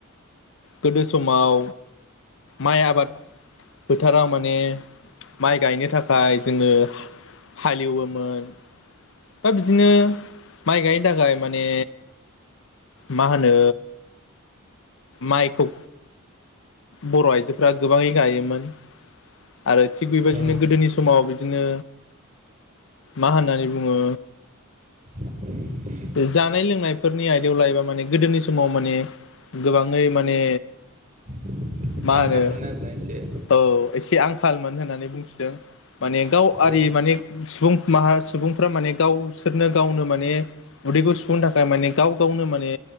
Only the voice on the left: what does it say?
गोदो समाव माइ आबाद फोथाराव माने माइ गायनो थाखाय जोङो हाल एवोमोन दा बिदिनो माइ गायनो थाखाय माने मा होनो माइखौ बर आइजोफोरा गोबाङै गायो मोन आरो थिग बेबायदिनो
गोदोनि समाव बिदिनो मा होननानै बुङो
जानाय लोंनायफोरनि आयदायाव लायोबा माने गोदोनि समाव माने गोबाङै माने
मा
होनो
औ एसे आंखालमोन होननानै बुंथिदों माने गाव
आरि माने सुबुं माहा सुबुंफ्रा माने गावसोरनो गावनो माने उदैखौ सुफुंनो थाखाय माने गाव गावनो माने